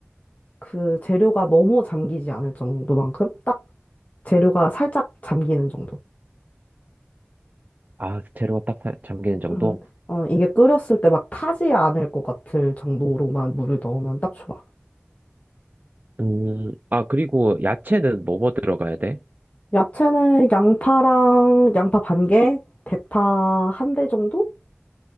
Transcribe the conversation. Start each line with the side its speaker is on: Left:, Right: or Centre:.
Left: 그 재료가 너무 잠기지 않을 정도만큼 딱 재료가 살짝 잠기는 정도.
Right: 아, 재료가 딱 사- 잠기는 정도?
Left: 응. 어, 이게 끓였을 때 막 타지 않을 것 같을 정도로만 물을 넣으면 딱 좋아.
Right: 음, 아, 그리고 야채는 뭐뭐 들어가야 돼?
Left: 야채는 양파랑 양파 반 개, 대파 한 대 정도?